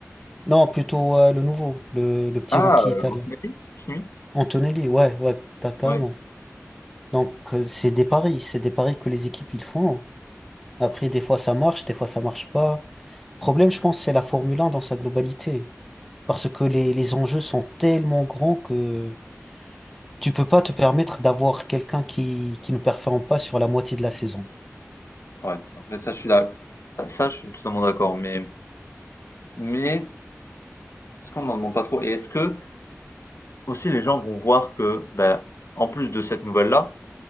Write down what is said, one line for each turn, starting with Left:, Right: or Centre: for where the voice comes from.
Centre: Non, plutôt euh, le nouveau, le, le petit
Left: Ah,
Centre: rookie
Left: heu,
Centre: italien.
Left: Antonelli? Kimi?
Centre: Antonelli, ouais, ouais, t'as carrément.
Left: Ouais,
Centre: Donc, euh, c'est des paris, c'est des paris que les équipes ils font. Après, des fois ça marche, des fois ça marche pas. Le problème, je pense, c'est la Formule 1 dans sa globalité. Parce que les, les enjeux sont tellement grands que tu peux pas te permettre d'avoir quelqu'un qui, qui ne performe pas sur la moitié de la saison.
Left: ouais, après ça, je suis d'a ça ça, je suis totalement d'accord, mais mais Est-ce qu'on en demande pas trop? Et est-ce que aussi les gens vont voir que, ben, en plus de cette nouvelle-là,